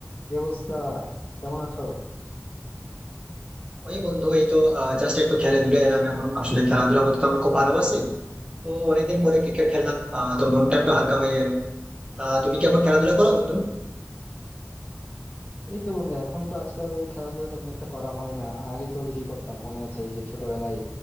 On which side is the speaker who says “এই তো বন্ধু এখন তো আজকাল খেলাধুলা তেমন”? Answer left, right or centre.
Left